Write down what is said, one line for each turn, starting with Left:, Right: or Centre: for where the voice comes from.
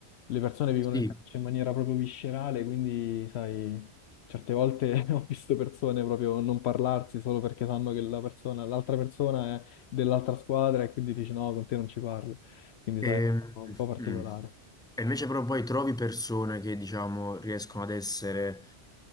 Left: le persone vivono
Centre: Sì,
Left: il calcio in maniera proprio viscerale, quindi sai, certe volte <laughs> ho visto persone proprio non parlarsi solo perché sanno che la persona, l'altra persona è dell'altra squadra e quindi dici no, con te non ci parlo, quindi
Centre: e,
Left: sai, è un po' un po' particolare.
Centre: mm. E invece però poi trovi persone che diciamo riescono ad essere